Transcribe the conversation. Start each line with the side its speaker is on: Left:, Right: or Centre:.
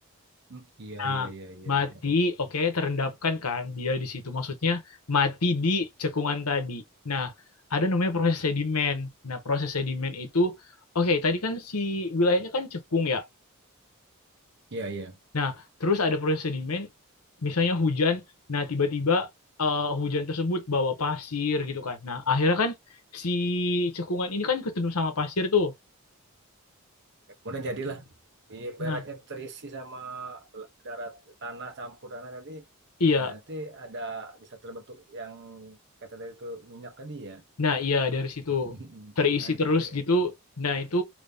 Right: Mm, Iya
Left: Nah,
Right: iya iya iya
Left: mati,
Right: iya.
Left: oke, terendapkan kan dia di situ. Maksudnya mati di cekungan tadi. Nah, ada namanya proses sedimen. Nah, proses sedimen itu, oke, tadi kan si wilayahnya kan cekung ya.
Right: Iya iya.
Left: Nah, terus ada proses sedimen, misalnya hujan, nah tiba-tiba eh, hujan tersebut bawa pasir gitu kan. Nah, akhirnya kan si cekungan ini kan ketemu sama pasir tuh.
Right: Kemudian jadilah ibaratnya
Left: Nah,
Right: terisi sama darat tanah campur tanah tadi.
Left: Iya,
Right: Nah, nanti ada bisa terbentuk yang kata dari itu minyak tadi ya.
Left: nah iya dari situ
Right: <laughs>
Left: terisi
Right: Menarik
Left: terus
Right: juga ya.
Left: gitu. Nah itu,